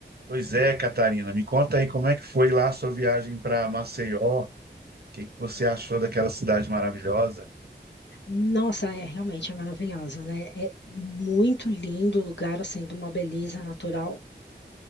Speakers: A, on the right (about 60°); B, on the left (about 70°).
A: Pois é, Catarina, me conta aí como é que foi lá a sua viagem para Maceió? O que que você achou daquela cidade maravilhosa?
B: Nossa, é realmente é maravilhosa, né? É muito lindo o lugar, assim, de uma beleza natural